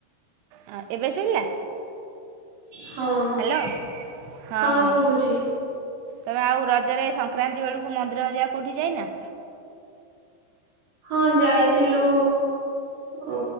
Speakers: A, on the right; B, on the right.
A: ଆ ଏବେ ଶୁଭିଲା?
B: ହଁ-ହଁ
A: ହ୍ୟାଲୋ ହଁ ହଁ
B: ଶୁଭୁଛି।
A: ତମେ ଆଉ ରଜରେ ସଂକ୍ରାନ୍ତି ବେଳକୁ ମନ୍ଦିର ହେରିକା କୋଉଠି ଯାଇନା।
B: ହଁ ଯାଇଥିଲୁ ହୁଁ